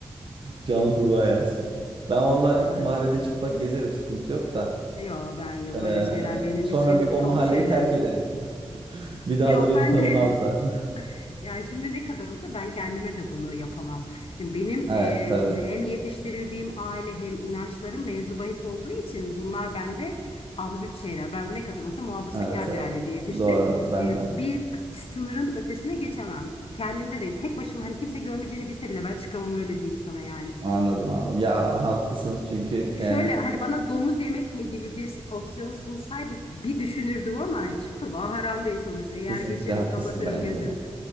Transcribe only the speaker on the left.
<laughs> Ay,
Yok ben yok öyle
şeyler benim
için
tabu
şeyler.
Yok
bence
<laughs>
Yani şimdi ne kadar olsa ben kendime de bunu yapamam. Şimdi benim
eee,
şimdi hem yetiştirildiğim aile hem inançlarım mevzu bahis olduğu için bunlar bende absürt şeyler. Ben ne kadar olsa muhafazakar
bir ailede yetiştim.
Eee,
bir sınırın ötesine geçemem. Kendimde de tek başıma hani kimse görmeyeceğini bilse bile ben çıkamam öyle diyeyim sana yani.
Şöyle
hani bana domuz yemek mi gibi bir opsiyon sunsaydı bir düşünürdüm ama kurbağa haram değil sonuçta. Yer
geçerim,
kapatırım
gözümü.